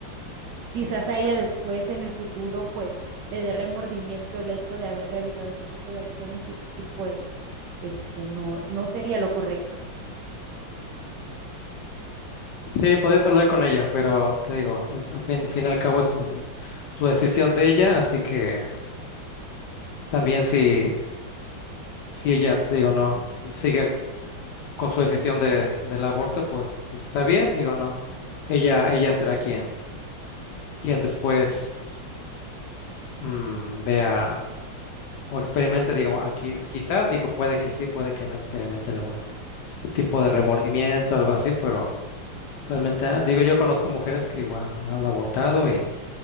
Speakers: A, on the right (about 70°); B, on the left (about 70°).
A: Quizás a ella después, en el futuro, pues le dé remordimiento el hecho de haber realizado ese tipo de acciones y, y pues este, no, no sería lo correcto.
B: Sí, podés hablar con ella, pero te digo, es, al fin, fin y al cabo es su, su decisión de ella, así que también si si ella, te digo, no, sigue con su decisión de, del aborto, pues, pues está bien, digo, no. Ella, ella será quien, quien después mm, vea o experimente, digo, aquí quizás, digo, puede que sí, puede que no experimente algún tipo de remordimiento, algo así, pero realmente, ah, digo, yo conozco mujeres que igual han abortado y,